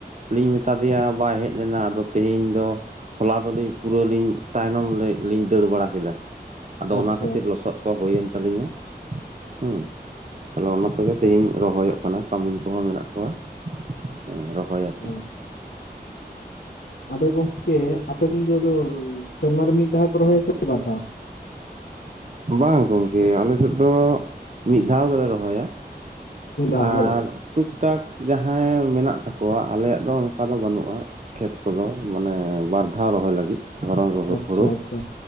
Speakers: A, on the right; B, on the left.
A: ᱞᱤᱧ ᱢᱮᱛᱟ ᱫᱮᱭᱟ ᱵᱟᱭ ᱦᱮᱡ ᱞᱮᱱᱟ ᱟᱫᱚ ᱛᱮᱦᱮᱧ ᱫᱚ ᱦᱚᱞᱟ ᱫᱚᱞᱤᱧ ᱯᱩᱨᱟᱹ ᱞᱤᱧ ᱛᱟᱭᱱᱚᱢ ᱞᱤᱧ ᱫᱟᱹᱲ ᱵᱟᱲᱟ ᱠᱮᱫᱟ ᱟᱫᱚ
B: ᱟᱪᱪᱷᱟ
A: ᱚᱱᱟ ᱠᱷᱟᱹᱛᱤᱨ ᱞᱚᱥᱚᱫ ᱠᱚ ᱦᱩᱭᱮᱱ ᱛᱟᱹᱟᱞᱤᱧᱟ ᱦᱮᱸ ᱛᱟᱦᱞᱮ ᱚᱱᱟ ᱛᱮᱜᱮ ᱛᱮᱦᱤᱧ ᱨᱚᱦᱚᱭᱚᱜ ᱠᱟᱱᱟ ᱠᱟᱹᱢᱤᱱ ᱠᱚᱦᱚᱸ ᱢᱮᱱᱟᱜ ᱠᱚᱣᱟ ᱦᱮᱸ ᱨᱚᱦᱚᱭᱟᱠᱚ
B: ᱚ, ᱟᱫᱚ ᱜᱚᱝᱠᱮ ᱟᱯᱮᱥᱱ ᱫᱚ ᱥᱮᱨᱢᱟᱨ ᱨᱮ ᱢᱤᱫ ᱫᱷᱟᱣ ᱠᱚᱮ ᱨᱚᱦᱚᱭᱟ ᱥᱮ ᱵᱟᱨ ᱫᱷᱟᱣ
A: ᱵᱟᱝ ᱜᱚᱝᱠᱮ ᱟᱞᱮ ᱥᱮᱫ ᱫᱚ ᱢᱤᱫ ᱫᱷᱟᱣ ᱜᱮᱞᱮ ᱨᱚᱦᱚᱭᱟ
B: ᱢᱤᱫ ᱫᱷᱟᱣ ᱜᱮ
A: ᱟᱨ
B: ᱵᱟᱝ
A: ᱴᱩᱠ ᱴᱟᱠ ᱡᱟᱦᱟᱸᱭ ᱢᱮᱱᱟᱜ ᱛᱟᱠᱚᱣᱟ ᱟᱞᱮᱭᱟᱜ ᱫᱚ ᱚᱱᱠᱟ ᱫᱚ ᱵᱟᱹᱱᱩᱜᱼᱟ ᱠᱷᱮᱛ ᱠᱚᱫᱚ ᱢᱟᱱᱮ ᱵᱟᱨ ᱫᱷᱟᱣ ᱨᱚᱦᱚᱭ ᱞᱟᱹᱜᱤᱫ ᱫᱷᱚᱨᱚᱱ <inaudible>
B: ᱟᱪᱪᱷᱟ
A: <inaudible> ᱦᱩᱲᱩ
B: ᱟᱪᱪᱷᱟ